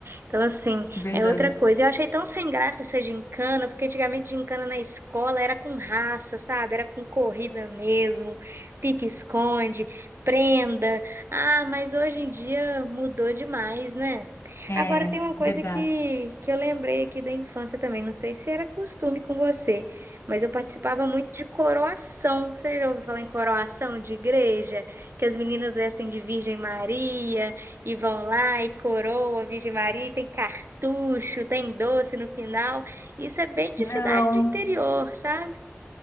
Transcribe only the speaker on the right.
Então, assim,
é outra coisa. Eu achei tão sem graça essa gincana, porque antigamente gincana na escola era com raça, sabe? Era com corrida mesmo pique-esconde, prenda. Ah, mas hoje em dia mudou demais, né?
Agora tem uma coisa
que, que eu lembrei aqui da infância também, não sei se era costume com você, mas eu participava muito de coroação. Você já ouviu falar em coroação de igreja? Que as meninas vestem de Virgem Maria e vão lá e coroa a Virgem Maria, e tem cartucho, tem doce no final. Isso é bem de
cidade do interior, sabe?